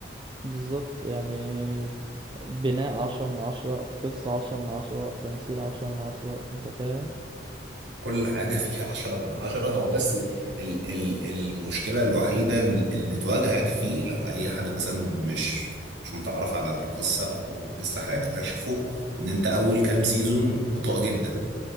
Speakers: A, on the right; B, on the right.
A: بالظبط يعني بناء عشرة من عشرة قصة عشرة من عشرة تمثيل عشرة من عشرة انت فاهم
B: كل حاجة فيها عشرة من عشرة هو بس ال ال المشكلة الوحيدة اللي تواجهك فيه لو أي حد مثلا مش مش متعرف على القصة أو لسه هيكتشفه
A: مم.
B: إن أنت أول كام سيزون بطيء جدا